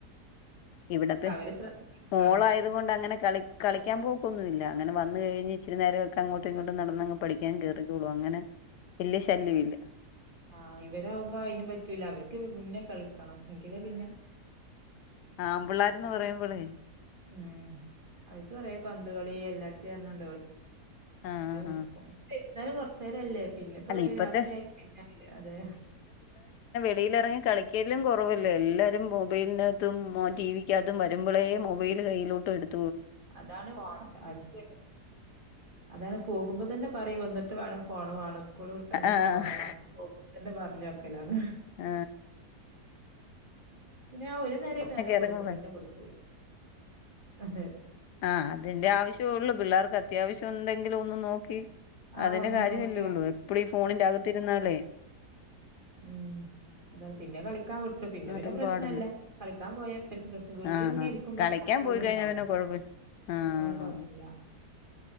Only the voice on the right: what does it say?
അവരെ ശ്രദ്ധിക്കാണ്
ആ ഇവരാകുമ്പോ അയിനും പറ്റൂല്ല അവർക്ക് മുന്നേ കളിക്കണം എങ്കില് പിന്നെ
മ്മ് അവർക്ക് കുറേ പന്ത കളി എല്ലാത്ത <unintelligible> <unintelligible>
നടക്കും.
ന്നെ വൈകുന്നേരം കുറച്ച <unintelligible> പിന്നെ ഇപ്പോ
രാത്രിയയി പിന്നെ അതെ
അതാണ് <unintelligible> അതാണ് പോകുമ്പോ തന്നെ പറയും വന്നിട്ട് വേണം ഫോണ് കാണും സ്കൂള് വിട്ടന്നാൽ
ഫോണ് പോ തന്നെ പറഞ്ഞഞ്ൊക്കല്ലന്ന്
പിന്നെ ആ ഒരു നേര നേരം കൊടുക്കും
പിന്നെ കൊടുക്കൂല അതെ
ആ
ഒന്ന്
നോക്കിയ
മ്മ് അത പിന്നെ കളിക്കാൻ വിള പിന്നെ പിന്നെ
പ്രശ്നമല്ല
കളിക്കാൻ പോയർക്കും പ്രശ്നം വീട്ടിൽ
ഇങ്ങ
ഇരിക്കുമ്പോഴ
ചോദ്യം
ഉണ്ടാവോ
<unintelligible> കുഴപ്പല്ല